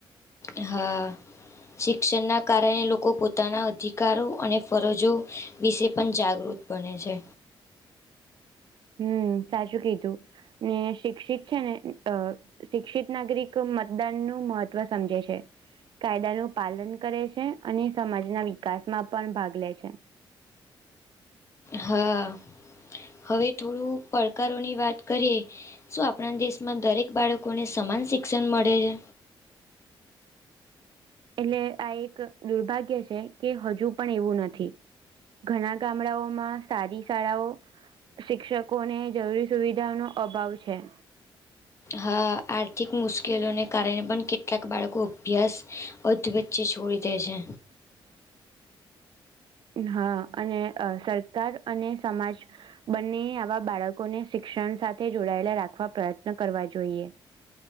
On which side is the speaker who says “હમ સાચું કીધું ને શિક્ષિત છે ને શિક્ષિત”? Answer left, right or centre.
Right